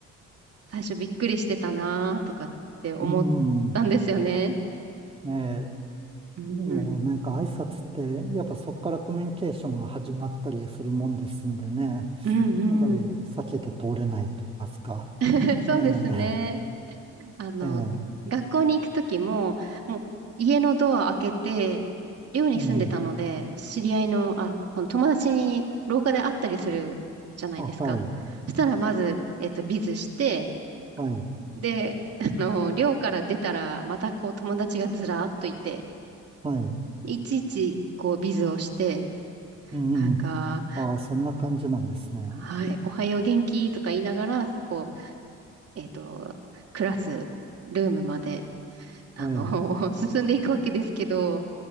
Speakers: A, on the right; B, on the right.
A: 最初びっくりしてたなーとかって思ったんですよね。
B: うん。ええ。
A: うん。
B: でも、なんか挨拶って、やっぱそこからコミュニケーションが始まったりするもんですんでね。
A: うんうん。
B: やっぱり避けて通れないと言いますか。
A: <laughs> そうですね。
B: ね
A: あの、
B: え。ええ。
A: 学校に行くときも、もう家のドア開けて、寮に住んでたので、
B: うん。
A: 知り合いの、あ、その友達に廊下で会ったりするじゃないですか。
B: あ、はい。
A: そしたらまず、えっと、ビズして、
B: はい。
A: で、あの、寮から出たら、またこう友達がずらーっといて、
B: はい。
A: いちいちこうビズをして、
B: うん。
A: なんか、
B: ああ、そんな感じなんですね。
A: はい、おはよう元気とか言いながら、こう、えっと、クラス、ルームまで、あの、
B: はい。
A: <laughs> 進んでいくわけですけど、